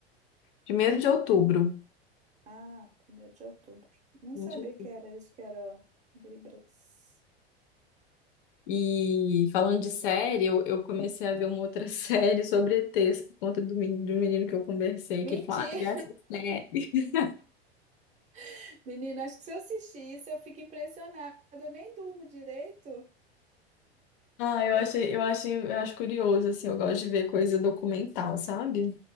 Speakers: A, on the left; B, on the right.
A: Primeiro de outubro.
B: Ah, primeiro de outubro. Nem
A: Primeiro
B: sabia
A: de outubro.
B: que era isso, que era Libras.
A: E falando de série, eu, eu comecei a ver uma outra <laughs> série sobre ETs, por conta do, meni- do menino que eu conversei,
B: Mentira!
A: que ele falou, ah, vê essa série. <laughs>
B: <laughs> Menina, acho que se eu assistir isso, eu fico impressionada. Eu nem durmo direito.
A: Ah, eu achei, eu achei, eu acho curioso, assim, eu gosto de ver coisa documental, sabe?